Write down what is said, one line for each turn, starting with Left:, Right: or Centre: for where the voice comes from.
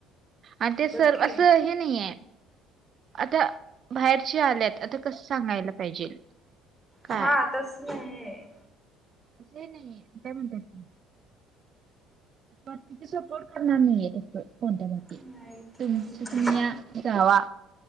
Right: आणि ते
Centre: बघ
Right: सर
Centre: की
Right: असं हे नाहीय आता बाहेरचे आल्यात आता कस सांगायला पाहिजे काय
Centre: हा तस नाही.
Right: असं हे नाही काय म्हणत्यात ते बाकीचे सपोर्ट करणार नाहीय तिथे कोणत्या बाबतीत
Centre: नाही
Right: तुमच
Centre: हम्म
Right: तुम्ही या जावा